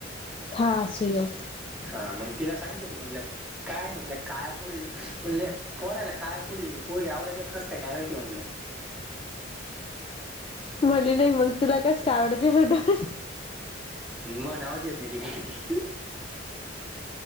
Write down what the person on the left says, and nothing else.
हा सुयोग.
म्हणली नाही मग तुला कसं काय आवडते म्हणून.